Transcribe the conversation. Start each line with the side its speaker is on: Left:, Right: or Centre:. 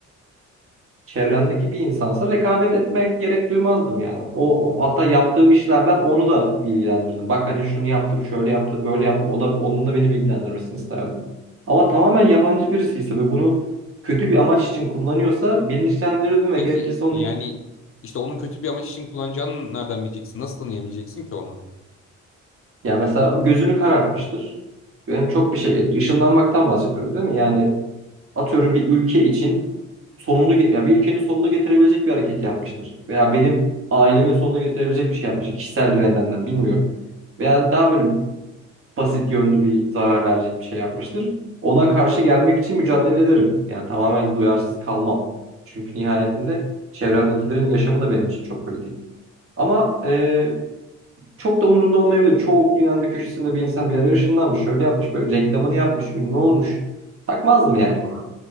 Right: çevremdeki bir insansa rekabet etmek gerek duymazdım yani. O, o- hatta yaptığım işlerden onu da bilgilendirdim. Bak hani şunu yaptım, şöyle yaptım, böyle yaptım. O da onun da beni bilgilendirmesini isterdim. Ama tamamen yabancı birisi ise ve bunu kötü bir amaç için kullanıyorsa bilinçlendirirdim ve
Left: Peki
Right: gerekirse onu
Left: yani işte onun kötü bir amaç için kullanacağını nereden bileceksin? Nasıl tanıyabileceksin ki onu?
Right: yani mesela gözünü karartmıştır. Yani çok bir şey ışınlanmaktan bahsediyoruz değil mi? Yani atıyorum bir ülke için sonunu ge- ya bir ülkenin sonunu getirebilecek bir hareket yapmıştır. Veya benim ailemin sonunu getirebilecek bir şey yapmıştır kişisel bir nedenden bilmiyorum. Veya daha böyle basit yönlü bir zarar verecek bir şey yapmıştır. Ona karşı gelmek için mücadele ederim. Yani tamamen duyarsız kalmam. Çünkü nihayetinde çevremdekilerin yaşamı da benim için çok kritik. Ama e, çok da umurumda olmayabilir. Çoğu dünyanın bir köşesinde bir insan bir yere ışınlanmış, şöyle yapmış, böyle reklamını yapmış, ünlü olmuş. Takmazdım yani